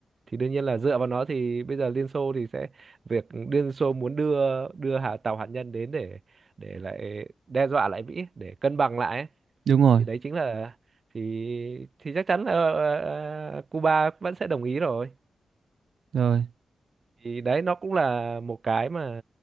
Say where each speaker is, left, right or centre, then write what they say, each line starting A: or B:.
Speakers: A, on the right; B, on the right.
A: thì đương nhiên là dựa vào nó thì bây giờ Liên Xô thì sẽ việc Liên Xô muốn đưa đưa hạ tàu hạt nhân đến để để lại đe dọa lại Mỹ để cân bằng lại ấy.
B: Đúng rồi.
A: Thì đấy chính là thì thì chắc chắn là ờ, ờ, ờ, Cuba vẫn sẽ đồng ý rồi.
B: Rồi.
A: Thì đấy nó cũng là một cái mà